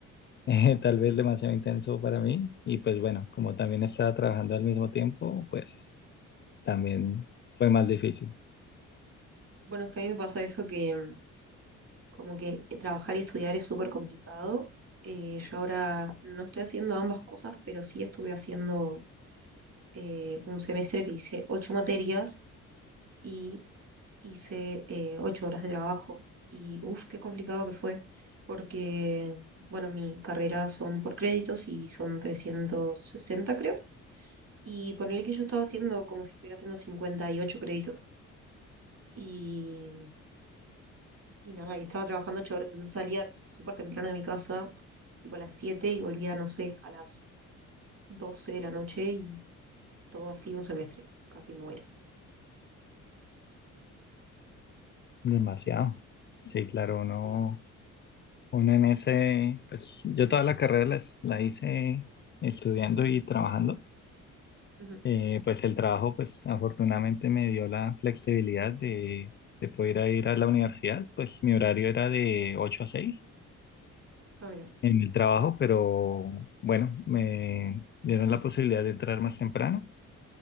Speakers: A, on the left (about 35°); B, on the right (about 50°).
A: <laughs> tal vez demasiado intenso para mí. Y pues bueno, como también estaba trabajando al mismo tiempo, pues también fue más difícil.
B: Bueno, es que a mí me pasa eso que mm, como que trabajar y estudiar es súper complicado. Eh, yo ahora no estoy haciendo ambas cosas, pero sí estuve haciendo eh, un semestre que hice ocho materias y hice eh, ocho horas de trabajo y uff, qué complicado que fue, porque, bueno, mi carrera son por créditos y son trescientos sesenta creo. Y ponerle que yo estaba haciendo como si estuviera haciendo 58 créditos. Y, y nada, y estaba trabajando ocho horas, entonces salía súper temprano de mi casa, tipo a las siete y volvía, no sé, a las doce de la noche y todo así un semestre, casi muere.
A: Demasiado. Sí, claro, uno,
B: Sí.
A: uno en ese, pues yo toda la carrera las- la, hice estudiando y trabajando.
B: Ujú.
A: Eh, pues el trabajo, pues afortunadamente me dio la flexibilidad de, de poder ir a la universidad. Pues mi horario era de 8 a 6
B: Ah, mira,
A: en el trabajo, pero bueno, me dieron la posibilidad de entrar más temprano